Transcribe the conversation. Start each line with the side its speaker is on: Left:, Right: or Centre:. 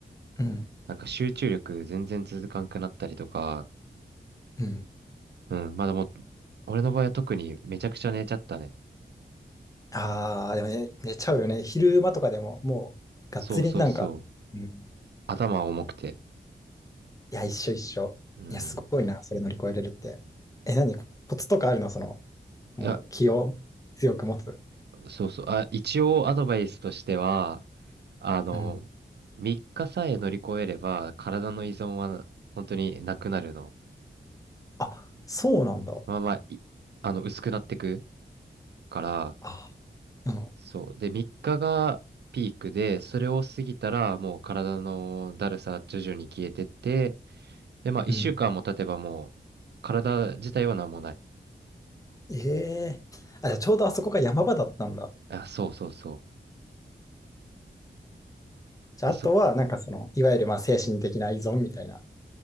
Left: う。うん。
Right: なんか集中力全然続かんくなったりとか、
Left: うん。
Right: うん、まあでも、俺の場合は特にめちゃくちゃ寝ちゃったね。
Left: ああ、でもね、寝ちゃうよね。昼間とかでも、もう、がっつりなんか。
Right: そうそうそう。
Left: うん。
Right: 頭重くて。
Left: いや、一緒一緒。
Right: うん。
Left: いや、すごいな、それ乗り越えれるって。え、何コツとかあるのその、もう気を強く持つ。
Right: いや、そうそう。あ、一応アドバイスとしては、あの、
Left: うん。
Right: 3日さえ乗り越えれば、体の依存は本当になくなるの。
Left: あ、そうなんだ。
Right: まあまあ、いあの、薄くなってくから、
Left: あ、うん。
Right: そう。で、3日がピークで、それを過ぎたらもう体のだるさ徐々に消えてって、で、まあ1週間も経てばもう体自体は何もない。
Left: うん。ええあ、じゃあちょうどあそこが山場だったんだ。
Right: あ、そうそうそ
Left: じゃあ、
Right: う。で、そ、
Left: あとは、なんかその、いわゆるまあ精神的な依存みたいな。